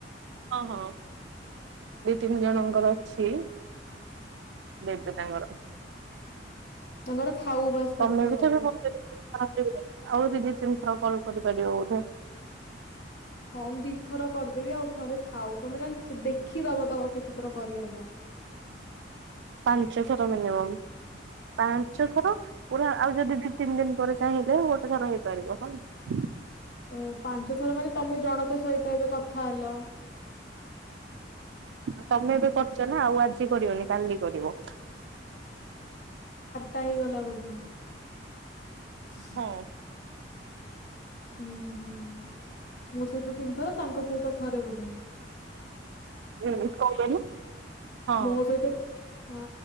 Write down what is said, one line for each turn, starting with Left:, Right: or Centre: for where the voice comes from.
Right: ହଉ ହଁ ଦି ତିନି ଜଣଙ୍କର ଅଛି ଦେବି ତାଙ୍କର।
Left: ତାଙ୍କର ଥାଉ ବାସ୍ କଥା
Right: ତମେ ବି
Left: ହବା ପାଇଁ।
Right: ଥରେ ହେଇଗଲା, ଆଉ ଦି ଦି ତିନ ଥର କଲ୍ କରିପାରିବ ବୋଧେ।
Left: ହଁ ମୁଁ ଦିଥର କରିଦେବି ଆଉ ଥରେ ଥାଉ ତୋମେ ନନେ ସେ ଦେଖିଦବ ତ କେତେ ଥର କରିହବ।
Right: ପାଞ୍ଚ ଥର ମିନିମମ୍, ପାଞ୍ଚ ଥର ପୁରା ଆଉ ଯଦି ଦି ତିନି ଦିନ ପରେ ଚାହିଁଲେ ଗୋଟେ ଥର ହେଇପାରିବ ହେଲା।
Left: ଓ ପାଞ୍ଚ ଥର ମାନେ ତମେ ଜଣଙ୍କ ସହିତ ଏବେ କଥା ହେଲ
Right: ଆଉ ତମେ ଏବେ କରିଚ ନା ଆଉ ଆଜି କରିବନି କାଲି କରିବ।
Left: ତା ହେଇଗଲା ବୋଧେ। ହୁଁ।
Right: ହଁ।
Left: ହଁ। ମୋ ସହିତ ତିନି ଥର ତାଙ୍କ ସହିତ ଥରେ ବୋଧ <unintelligible>
Right: ଏକ କଣ କହିଲ? ହଁ।
Left: ମୋ ସହିତ ହଁ